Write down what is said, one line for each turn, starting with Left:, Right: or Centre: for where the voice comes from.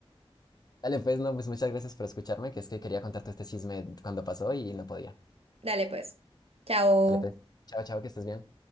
Left: Dale, pues, no, pues muchas gracias por escucharme, que es que quería contarte este chisme cuando pasó y no podía.
Right: Dale pues. Chao.
Left: Dale, pues, chao, chao, que estés bien.